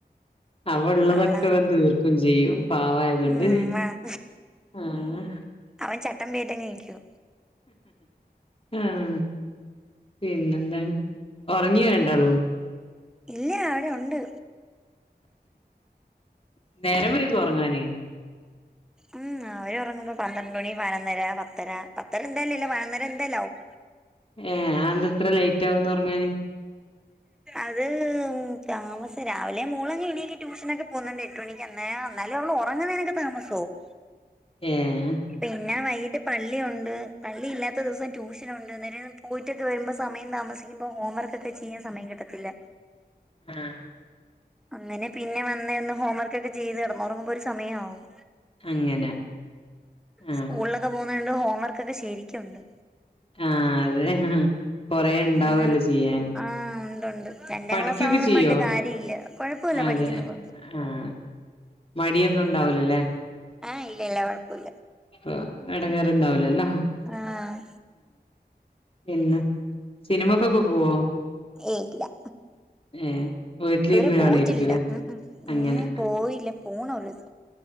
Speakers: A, on the left; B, in the centre.
A: അവളുള്ളതൊക്കെ
B: അവളങ്ങനെ
A: തീർക്കും ചെയ്യും, പാവമായതുകൊണ്ട്
B: ഉം ആഹ്
A: ആഹ്
B: അവൻ ചട്ടമ്പിയായിട്ടു തന്നെയിരിക്കുന്നു
A: ആഹ് പിന്നെന്താണ്, ഉറങ്ങിയോരണ്ടാള്ളും
B: ഇല്ല, അവിടെയുണ്ട്
A: നേരംവൈകുവോ ഉറങ്ങാന്
B: ഉം.. അവരുറങ്ങുമ്പോ പന്ത്രണ്ടു മണി പതിനൊന്നര, പത്തര പത്തര എന്തായാലുമില്ല പതിനൊന്നരഎന്തായാലുമാകും
A: ഏഹ്.. അന്തെന്തായിത്ര ലേറ്റാകുന്നത് ഉറങ്ങാന്
B: അത് താമസിച്ച്, രാവിലെ മോളങ്ങെണീറ്റ് ട്യൂഷനൊക്കെ പോകുന്നുണ്ട് എട്ടുമണിക്ക് എന്നാ, എന്നാലും അവളുറങ്ങുന്നതിനൊക്കെ താമസമാകും.
A: ഏഹ്
B: പിന്നെവൈകിട്ടു പള്ളിയുണ്ട്, പള്ളി ഇല്ലാത്തദിവസം ട്യൂഷനുണ്ട് അന്നേരംപോയി ചുറ്റിയിട്ടു വരുമ്പോ സമയം താമസിക്കുമ്പോ ഹോംവർക്കൊക്കെ ചെയ്യാൻ സമയം കിട്ടത്തില്ല
A: ആഹ്
B: അങ്ങനെ പിന്നെവന്നു നിന്ന്ഹോംവർക്കൊക്കെ ചെയ്തുകിടന്നുറങ്ങുമ്പോൾ ഒരു സമയമാവും
A: അങ്ങനെ ആ
B: സ്കൂളിലൊക്കെ പോകുന്നകൊണ്ട് ഹോംവർക്കൊക്കെശരിക്കുമുണ്ട്
A: ആഹ്, അതെ കൊറെയുണ്ടാവുവല്ലോ
B: അങ്ങനെ
A: ചെയ്യാന്
B: ആഹ് ഉണ്ടുണ്ട് രണ്ടാം
A: പഠിക്കുവൊക്കെ
B: ക്ലാസ് ആവുമ്പോ
A: ചെയ്യോ,
B: പറഞ്ഞിട്ട് കാര്യമില്ല കൊഴപ്പമില്ല
A: അതെ..
B: പഠിക്കുന്നതുകൊണ്ട്
A: ആഹ് മടിയൊന്നുമുണ്ടാവൂലല്ലേ
B: ഏഹ്, ഇല്ല ഇല്ല കൊഴപ്പമില്ല
A: ആഹ്, എടങ്ങേറുണ്ടാവില്ലയല്ലേ
B: ആഹ്
A: പിന്നെ.. സിനിമക്കൊക്കെ പോവോ
B: ഏ.. യില്ല
A: ഏഹ് വീട്ടിലിരുന്ന്
B: ഇതുവരെ പോയിട്ടില്ല
A: കാണായിരിക്കൂല്ലേ
B: ഉം. ഹും..
A: അങ്ങനെ
B: പോയില്ല പോണ മോരുദിവസ